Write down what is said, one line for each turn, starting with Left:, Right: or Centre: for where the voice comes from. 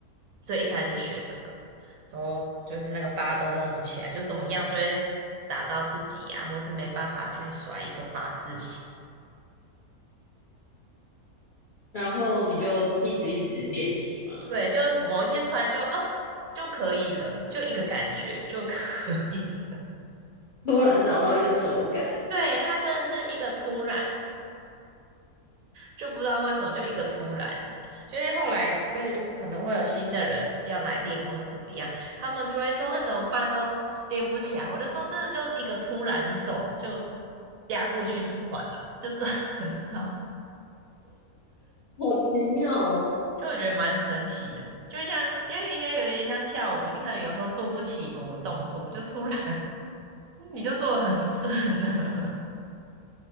Right: 最一开始学这个，都就是那个八都弄不起来，就怎么样就会打到自己啊，或是没办法去甩一个八字形。
Left: 然后你就一直一直练习吗？
Right: 对，就某一天突然就啊就可以了，就一个感觉就可以。
Left: 突然找到一个手感，
Right: <laughs> 对，它真的是一个突然，就不知道为什么就一个突然，就因为后来就是可能会有新的人要来练或者怎么样，他们就会说那怎么办都练不起来。我就说真的就一个突然，你手就压过去就转了，就转 <laughs> 到。
Left: 好奇妙哦。
Right: 就我觉得蛮神奇的，就像因为应该有点像跳舞，你可能有时候做不起某个动作，就突然 <laughs> 你就做的很顺了，